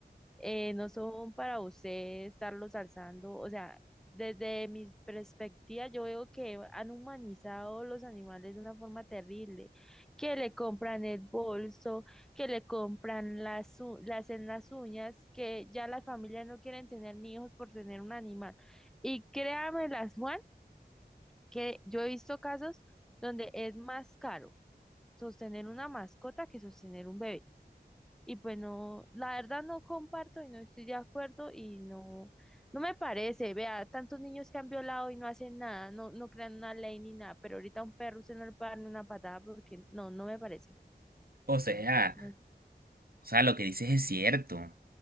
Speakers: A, in the centre; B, on the right (about 65°).
A: eh, no son para usted estarlos alzando. O sea, desde mi perspectiva, yo veo que han humanizado los animales de una forma terrible, que le compran el bolso, que le compran las, u- le hacen las uñas, que ya las familias no quieren tener ni hijos por tener un animal. Y las Juan, que yo he visto casos donde es más caro sostener una mascota que sostener un bebé. Y pues no, la verdad no comparto y no estoy de acuerdo y no, no me parece, vea, tantos niños que han violado y no hacen nada, no, no crean una ley ni nada, pero ahorita a un perro usted no le puede dar ni una patada porque no, no me parece.
B: O sea,
A: No, es-
B: o sea, lo que dices es cierto.